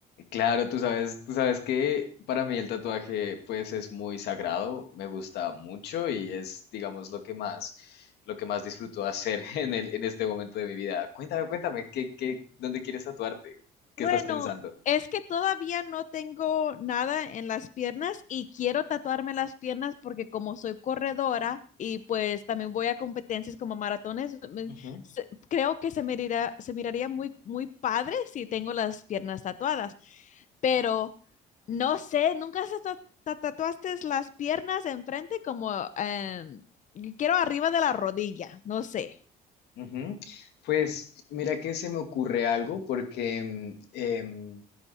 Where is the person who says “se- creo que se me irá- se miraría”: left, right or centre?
Left